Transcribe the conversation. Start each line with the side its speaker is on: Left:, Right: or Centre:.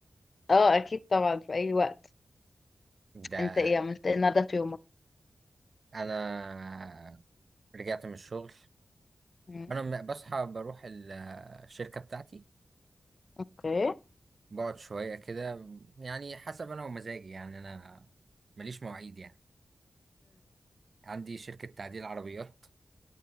Left: اه اكيد طبعا في اي وقت
Right: ده
Left: انت ايه عملت ايه النهارده في يومك
Right: انا رجعت من الشغل
Left: مم.
Right: انا م- بصحى بروح ال- الشركه بتاعتي
Left: اوكي
Right: بقعد شويه كده يعني حسب انا ومزاجي يعني انا ماليش مواعيد يعني عندي شركه تعديل عربيات